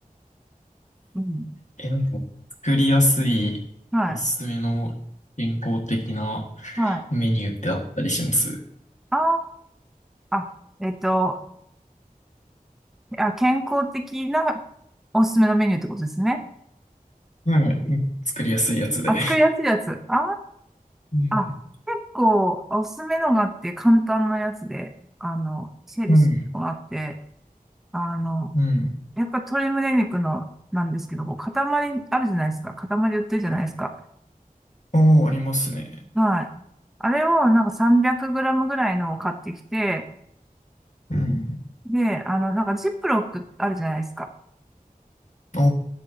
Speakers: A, in the centre; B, on the left (about 55°).
A: うん。
B: え、なんか、作りやすいおすすめの健康的な
A: はい。はい。
B: メニューってあったりします
A: ああ、あ、えっと、あ、健康的なおすすめのメニューってことですね。
B: はい。なんか作りやすいやつで。
A: あ、作りやすいやつ。あ
B: うん。
A: あ、あ、結構おすすめのがあって、簡単なやつで、あの、ヘルシーのがあって、
B: うん。
A: あの、
B: うん。
A: やっぱ鶏胸肉のなんですけど、こう塊あるじゃないですか。塊売ってるじゃないですか。
B: おー、ありますね。
A: はい。あれをなんか 300g ぐらいのを買ってきて、
B: うん。
A: で、あの、なんかジップロックあるじゃないですか。
B: お